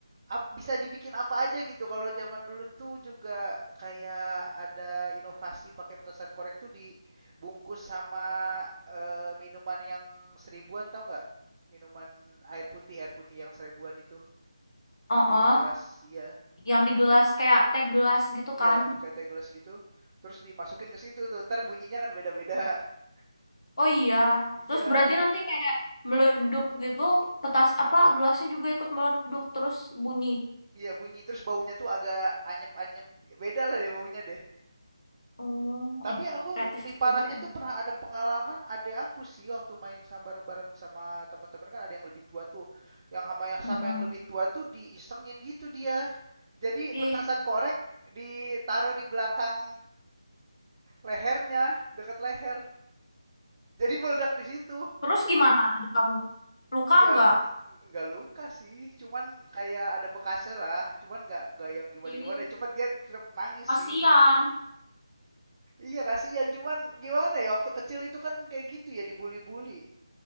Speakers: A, on the right; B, on the left.
A: ap- bisa dibikin apa aja gitu. Kalau zaman dulu tuh juga kayak ada inovasi pakai petasan korek tuh dibungkus sama eh, minuman yang seribuan tahu nggak? Minuman air putih, air putih yang seribuan itu. Aqua
B: Oh,
A: gelas, iya.
B: yang di gelas kayak teh gelas gitu
A: Iya,
B: kan?
A: kayak teh gelas gitu. Terus dimasukin ke situ tuh, ntar bunyinya kan beda-beda. <laughs>
B: Oh iya,
A: Iya.
B: terus berarti nanti kayak meleduk gitu, petas apa gelasnya juga ikut meleduk terus bunyi.
A: Iya bunyi, terus baunya tuh agak anyep-anyep, beda lah deh baunya deh.
B: Oh,
A: Tapi
B: ih,
A: aku
B: kreatif
A: lebih parahnya
B: gitu ya.
A: tuh pernah ada pengalaman adek aku sih waktu main sama bareng-bareng sama teman-teman kan ada yang lebih tua tuh. Yang sama yang
B: Mm-mm.
A: sama yang lebih tua tuh diisengin gitu dia. Jadi
B: Ih,
A: petasan korek ditaruh di belakang lehernya, dekat leher. Jadi meledak di situ.
B: terus gimana adik kamu? Luka
A: Ya
B: nggak?
A: nggak luka sih, cuman kayak ada bekasnya lah. Cuman nggak nggak yang gimana-gimana.
B: Ih,
A: cepat dia tetap nangis
B: kasihan.
A: sih. Iya kasihan, cuman gimana ya waktu kecil itu kan kayak gitu ya dibully-bully.